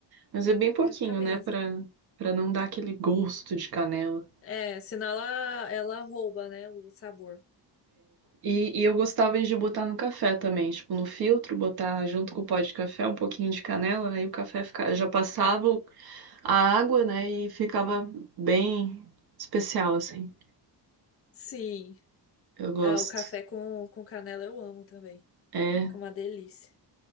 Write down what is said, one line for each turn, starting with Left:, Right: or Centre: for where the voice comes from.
Right: Mas é bem pouquinho,
Left: deve ficar mesmo.
Right: né? Pra, pra não dar aquele gosto de canela.
Left: É, senão ela, ela rouba, né, o sabor.
Right: E, e eu gostava de botar no café também, tipo, no filtro, botar junto com o pó de café um pouquinho de canela, aí o café fica, já passava o a água, né? E ficava bem especial, assim.
Left: Sim.
Right: Eu gosto.
Left: Ah, o café com, com canela eu amo também.
Right: É,
Left: Fica uma delícia.